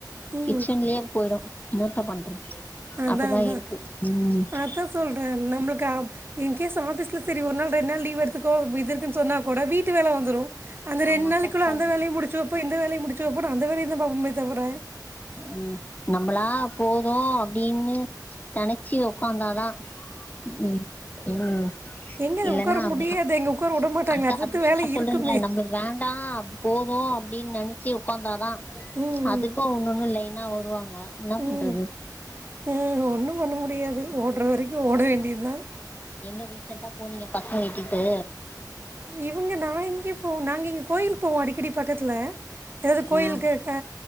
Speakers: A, on the right; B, on the left.
A: ம்
B: கிச்சன்லியே போய்டு என்னத்த பண்றது
A: அதா
B: அப்டிதா
A: அதா
B: இருக்கு ம்
A: அதா சொல்ற நம்மளுக்கு அப் இந் கேஸ் ஆஃபீஸ்ல சரி ஒர் நாள் ரெண் நாள் லீவ் எடுத்துக்கோ இது இருக்குன் சொன்னா கூட வீட்டு வேல வந்துரு அந்த
B: ஆமா
A: ரெண் நாளைக்குள்ள
B: கரெக்டா
A: அந்த
B: இருக்கு
A: வேலையு முடிச்சு வெப்போ இந்த வேலையையு முடிச்சு வெப்போ அந்த வேலைய தா பாப்போமே தவர
B: ம் நம்பளா போது அப்டின்னு நனைச்சு ஒக்காந்தாதா ம் ம்
A: எங்கே
B: இல்லன்னா
A: உட்கார
B: அத
A: முடியாது எங்கே உட்கார விட மாட்டாங்களே அடுத்தடுத்து
B: அதா
A: வேலை
B: நா சொல்றேன்ல
A: இருக்குமே
B: நம்பளுக் வேண்டா போது அப்டின் நனச்சு உக்காந்தாதா
A: ம்
B: அதுக்கு
A: ம்
B: ஒன்னொண்ணு லைனா வருவாங்க என்னா பண்றது
A: ம் ம் ஒன்றும் பண்ண முடியாது ஓட்ற வரைக்கு ஓட வேண்டி தா
B: எங்க ரீசெண்ட்டா போனீங்க பசங்கள இட்டுட்டு
A: இவங்க நா எங்க போ நாங்க இங்க கோயிலுக்கு போவோ அடிக்கடி பக்கத்துல ஏதாவது கோயிலுக்கு
B: ஆ
A: அ